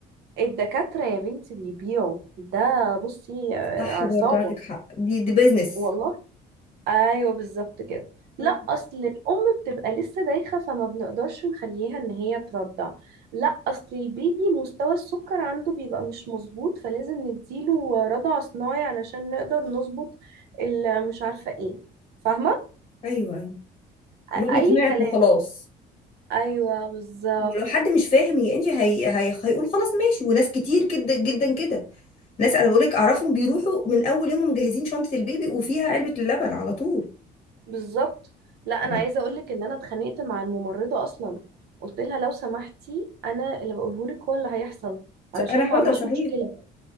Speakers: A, on the right (about 70°); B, on the left (about 35°).
A: الدكاترة يا بنتي بيبيعوا ده بصي آه،
B: صح
A: عصابة
B: برضو عندك حق دي دي بيزنس
A: والله ايوه بالظبط كده لا
B: مم.
A: اصل الام بتبقى لسه دايخة فما بنقدرش نخليها ان هي ترضع لا اصل البيبي مستوى السكر عنده بيبقى مش مظبوط فلازم نديله رضع صناعي علشان نقدر نظبط ال- مش عارفة ايه فاهمة
B: ايوه ايوه
A: أ-
B: اللي هو بيقنعك
A: اي كلام
B: وخلاص
A: ايوه بالظبط
B: ما هو لو حد مش فاهم يا انجي هي... هي... هيقول خلاص ماشي وناس كتير جدا جدا كده ناس انا بقول لك اعرفهم بيروحوا من اول يوم مجهزين شنطه البيبي وفيها علبه اللبن على طول
A: بالظبط لا
B: لا.
A: انا عايزه اقول لك ان انا اتخانقت مع الممرضه اصلا قلت لها لو سمحتي انا اللي بقوله لك هو اللي هيحصل علشان
B: انا حره
A: ما اعملش
B: صحيح
A: مشكله